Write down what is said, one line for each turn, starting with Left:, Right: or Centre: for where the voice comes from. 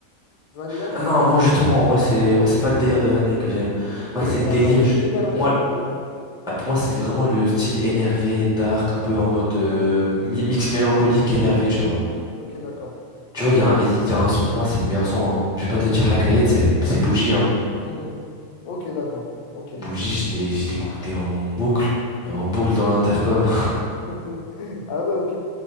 Left: Vanilla.
Centre: Ah non, moi justement, moi c'est moi c'est pas le délire de Vania que j'aime. Moi
Left: Ok,
Centre: c'est le
Left: d'accord.
Centre: délire.
Left: C'est
Centre: je-
Left: énervé
Centre: Pour moi,
Left: de.
Centre: ah, pour moi c'est vraiment le style énervé, dark, un peu en mode euh, mi- mix mélancolique énervé, tu vois.
Left: Ok, d'accord.
Centre: Tu vois, il y a un, il y a un son pour moi c'est le meilleur son. hein. Je vais pas te dire Hakayet, c'est c'est Bougie. Hein.
Left: Mhm. Ok, d'accord. Ok.
Centre: Bougie, je l'ai je l'écoutais en boucle, et en boucle dans l'intercom.
Left: <laughs> Ah ouais, ok.